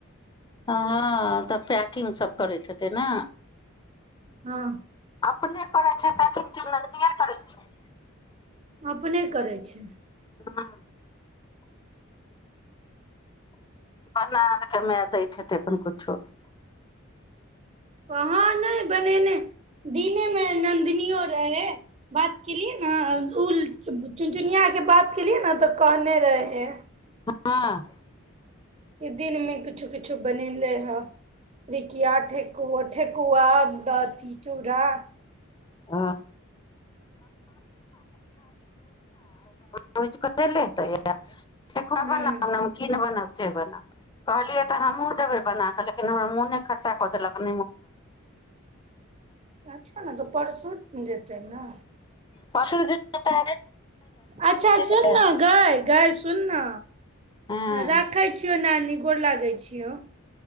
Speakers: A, on the left; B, on the right.
A: हँ तऽ पैकिंगसभ करैत हेतै ने
B: हँ
A: अपने करै छै। पैकिंगकेँ नन्दिये करै छै।
B: अपने करै छै
A: हँ बनारकेमे दैत छथि तैँ अपन किछुओ।
B: हँ नहि बने ने दीनेमे नन्दनियो रहै। बात केलियै ने, ओ चुनचुनियाकेँ बात केलियै ने, तऽ कहने रहै।
A: हँ
B: किछु दिनमे किछु-किछु बनेलै हइ पिरिकिया, ठेकुआ, चूड़ा आदि।
A: ह पोच कऽ देले हेतै, तऽ
B: हूँ
A: बनाब। नमकीनो बनाब। जे बना कहलियै, तऽ हमहूँ बना कऽ देबै। लेकिन हमरा मोन नहि पड़ैए, मोन इकट्ठा कऽ देलक।
B: अच्छा ने तऽ परसू जेतै ने
A: परसु जेतै
B: अच्छा सुनना
A: ने।
B: गे गे सुनना
A: हँ
B: राखै छियौ नानी गोर लागै छियै